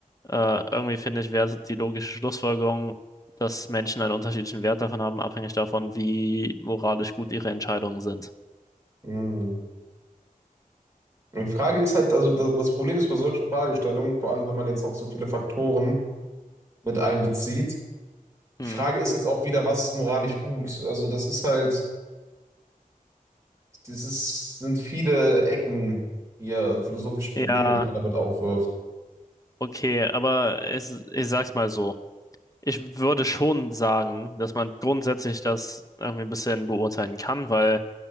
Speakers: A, on the left; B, on the right.
A: äh, irgendwie finde ich, wäre die logische Schlussfolgerung, dass Menschen einen unterschiedlichen Wert davon haben, abhängig davon, wie moralisch gut ihre Entscheidungen sind.
B: Mhm. Die Frage ist halt, also das das Problem ist bei solchen Fragestellungen, vor allem wenn man jetzt noch so viele Faktoren mit einbezieht, die
A: Mhm.
B: Frage ist jetzt auch wieder, was ist moralisch gut? Also das ist halt. Das ist, sind viele Ecken hier, also philosophische Probleme,
A: Ja,
B: die man damit aufwirft.
A: okay, aber ich, ich sag's mal so. Ich würde schon sagen, dass man grundsätzlich das irgendwie ein bisschen beurteilen kann, weil